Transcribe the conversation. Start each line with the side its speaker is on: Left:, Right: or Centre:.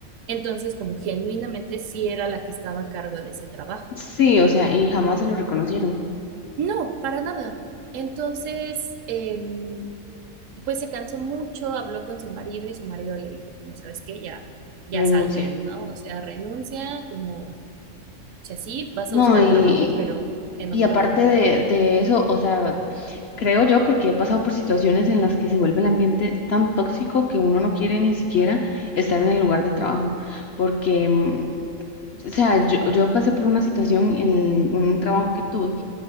Right: Entonces, como genuinamente sí era la que estaba a cargo de ese trabajo.
Left: Sí, o sea, y jamás se lo reconocieron.
Right: No, para nada. Entonces, em, pues se cansó mucho, habló con su marido y su marido le dijo, como, ¿sabes qué? Ya, ya
Left: Renuncia.
Right: salten, ¿no? O sea, renuncia, como sea, sí, vas
Left: No,
Right: a buscar
Left: y,
Right: trabajo, pero en
Left: y
Right: otro
Left: aparte
Right: lado.
Left: de, de eso, o sea, Creo yo, porque he pasado por situaciones en las que se vuelve el ambiente tan tóxico que uno no quiere ni siquiera estar en el lugar de trabajo. Porque, mm, o sea, yo, yo pasé por una situación en un trabajo que tuve